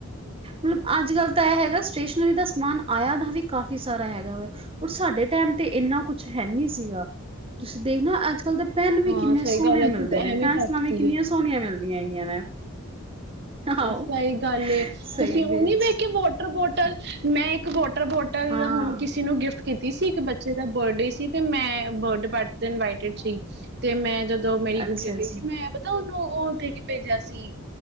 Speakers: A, on the right; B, on the right.
A: ਮਲਬ ਅੱਜ ਕੱਲ੍ਹ ਤਾਂ ਐ ਹੈਗਾ ਸਟੇਸ਼ਨਰੀ ਦਾ ਸਮਾਨ ਆਇਆ ਦਾ ਵੀ ਕਾਫ਼ੀ ਸਾਰਾ ਹੈਗਾ ਵੈ, ਔਰ ਸਾਡੇ ਟੈਮ ਤੇ ਏਂਨਾ ਕੁਛ ਹੈ ਨੀਂ ਸੀਗਾ। ਤੁਸੀਂ ਦੇਖਣਾ ਅੱਜ ਦੇ ਪੈਨ ਵੀ
B: ਹਾਂ
A: ਕਿੰਨੇ
B: ਸਹੀ
A: ਸੋਣੇ
B: ਗੱਲ ਅਸੀਂ
A: ਮਿਲਦੇ
B: ਤੇ
A: ਨੇ, ਪੈਨਸਿਲਾਂ
B: ਐਵੇਂ ਕੱਟ
A: ਵੀ
B: ਦੀਏ
A: ਕਿੰਨੀਆਂ ਸੋਣੀਆਂ ਮਿਲਦੀਆਂ ਹੈਗੀਆਂ ਨੇ ਆਹੋ
B: ਓ ਸਈ ਗੱਲ ਲੇ,
A: ਸਹੀ
B: ਤੁਸੀਂ ਉ
A: ਵਿੱਚ
B: ਨੀ ਵੇਖ ਕੇ ਵੋਟ ਟਰ ਬੋਟਲ, ਮੈ ਇੱਕ ਵੋ ਬੋਟਲ,
A: ਹਾਂ
B: ਹੁਣ ਕਿਸੇ ਨੂੰ ਗਿਫਟ ਕੀਤੀ ਸੀ ਇੱਕ ਬੱਚੇ ਦਾ ਬਡੇ ਸੀ ਤੇ ਮੈ ਬਡੇ ਪਾਰਟੀ ਤੇ ਇਨਵਾਈਟਡ ਸੀ, ਤੇ ਮੈ ਜਦ ਦੋ ਮੇਰੀ
A: ਅੱਛਾ
B: ਗੁੜੀਆਂ ਗਈ
A: ਜੀ
B: ਸੀ ਮੈ ਪਤਾ ਓਨੂੰ ਓਹੋ ਓਤੇ ਪੇਜੇਆ ਸੀ